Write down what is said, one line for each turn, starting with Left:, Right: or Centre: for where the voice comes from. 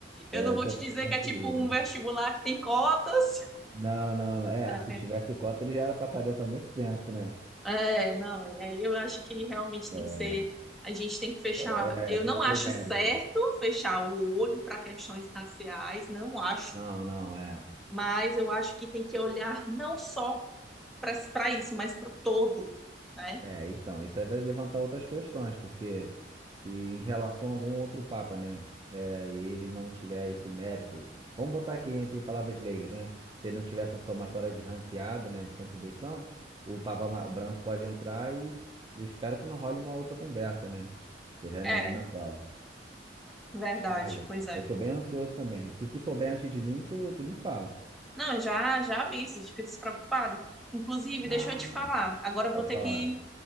Centre: eu
Right: É,
Centre: não vou
Right: quanto
Centre: te dizer
Right: que pontuou.
Centre: que é tipo um vestibular que tem cotas.
Right: Não, não, não. É,
Centre: <laughs>
Right: se tivesse cota, ele já era pra estar dentro há muito tempo, né?
Centre: É, não, e aí eu acho que realmente tem
Right: É,
Centre: que ser, a gente tem que fechar,
Right: é,
Centre: eu
Right: é, tem
Centre: não
Right: que ser
Centre: acho
Right: o mérito.
Centre: certo fechar o olho para questões raciais, não acho,
Right: Não, não, é.
Centre: mas eu acho que tem que olhar não só para para isso, mas para o todo, né?
Right: É, então, isso aí vai levantar outras questões, porque se em relação a algum outro papa, né, é, e ele não tiver esse mérito, vamos botar aqui entre palavras leigas, né? Se ele não tiver essa somatória de ranqueada, né, de contribuição, o papa ma- branco pode entrar e eu espero que não role uma outra conversa, né? Você já imagina
Centre: É,
Right: qual.
Centre: verdade,
Right: Ah, eu,
Centre: pois é.
Right: eu tô bem ansioso também. Se tu souber antes de mim, tu, tu me fala.
Centre: Não, eu já já aviso, fica despreocupado. Inclusive,
Right: Ah,
Centre: deixa eu te falar, agora eu
Right: pode
Centre: vou ter
Right: falar.
Centre: que,